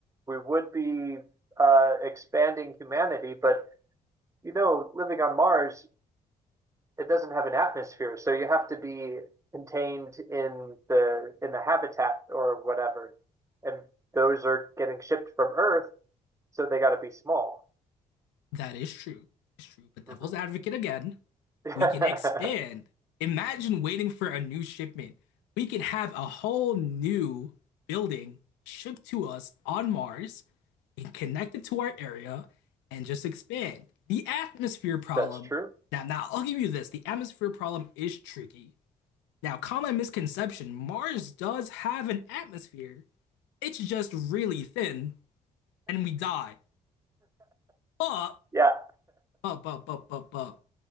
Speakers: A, on the right; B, on the left.
A: we would be uh, expanding humanity, but you know, living on Mars, it doesn't have an atmosphere, so you have to be contained in the in the habitat or whatever. And those are getting shipped from Earth, so they got to be small.
B: That is true. It's true. But devil's
A: hmm
B: advocate again,
A: <laughs>
B: we can expand. Imagine waiting for a new shipment. We can have a whole new building shipped to us on Mars and connected to our area and just expand. The atmosphere problem.
A: That's true. <laughs>
B: Now, now I'll give you this. The atmosphere problem is tricky. Now, common misconception, Mars does have an atmosphere. It's just really thin and we die. But,
A: Yeah,
B: but, but, but, but, but.